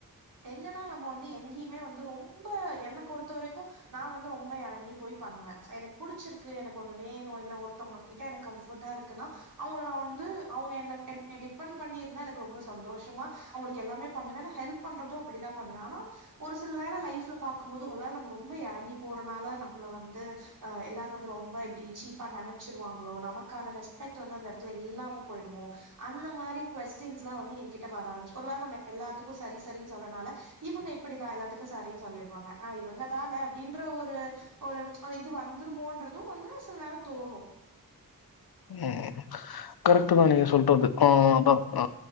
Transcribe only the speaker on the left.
ம் கரெக்ட்தா நீங்க சொல்றது ஆ அதா ஆ